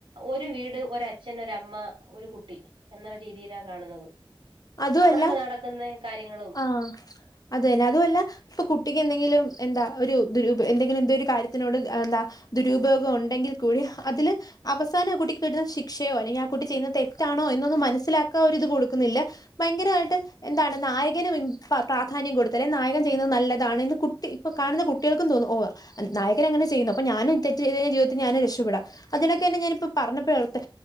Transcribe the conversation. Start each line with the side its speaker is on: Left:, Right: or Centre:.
Right: ഒരു വീട് ഒര അച്ഛൻ ഒരമ്മ ഒരു കുട്ടി എന്നുള്ള രീതിലാ കാണുന്നത്.
Left: അതുവല്ല
Right: അവിടെങ്ങ് നടക്കുന്നെ കാര്യങ്ങളും
Left: ആ അതന്നെ അതു അല്ല ഇപ്പ കുട്ടിക്ക് എന്തെങ്കിലും എന്താ ഒരു ദുരു ഉപേ എന്തെങ്കിലും എന്തേരു കാര്യത്തിനോട് എന്താ ദുരുപയോഗം ഉണ്ടെങ്കി കൂടി അതില് അവസാനോ കുട്ടിക്ക് കിട്ടുന്ന ശിക്ഷയോ അല്ലെങ്കി ആ കുട്ടി ചെയ്യുന്ന തെറ്റാണോ എന്നൊന്നും മനസ്സിലാക്കാൻ ഒരിത് കൊടുക്കുന്നില്ല ഭയങ്കരായിട്ട് എന്താണ് നായകന് പ്രാ പ്രാധാന്യം കൊടുത്തലേ നായകൻ ചെയ്യുന്നത് നല്ലതാണ് ഇന്ന് കുട്ടി കാണുന്ന കുട്ടികൾക്കും തോന്നും ഓ നായകൻ അങ്ങനെ ചെയ്യുന്നു അപ്പൊ ഞാനും തെറ്റ് ചെയ്തെഴിഞ്ഞ ജീവിതത്തി ഞാന് രക്ഷപ്പെടാം അതിനൊക്കെ തന്നെ ഞാനിപ്പോ പറഞ്ഞപ്പോ ഓർത്തെ